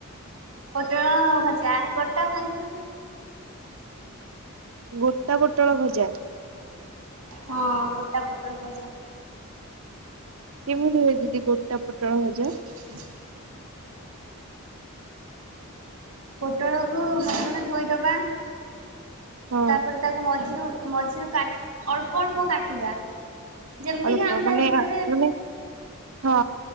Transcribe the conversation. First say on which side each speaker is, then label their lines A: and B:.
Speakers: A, on the right; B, on the right.
A: ପୋଟଳ ଭଜା ଗୋଟା ଭାଜୁ
B: ଗୋଟା ପୋଟଳ ଭଜା।
A: ହଁ ଗୋଟା ପୋଟଳ ଭଜା
B: କେମିତି ହୁଏ ଦିଦି ଗୋଟା ପୋଟଳ ଭଜା?
A: <inaudible> ପୋଟଳକୁୁ ପ୍ରଥମେ ଧୋଇଦବା।
B: ହଁ
A: ତାପରେ ତାକୁ ମଝିରୁ ମଝିରୁ କାଟ ଅଳ୍ପ ଅଳ୍ପ କାଟିବା। ଯେମିତିକି
B: ଅଳ୍ପ
A: ଆମେ
B: ମାନେ
A: ତା ଭିତରେ
B: ଆ ମାନେ ହଁ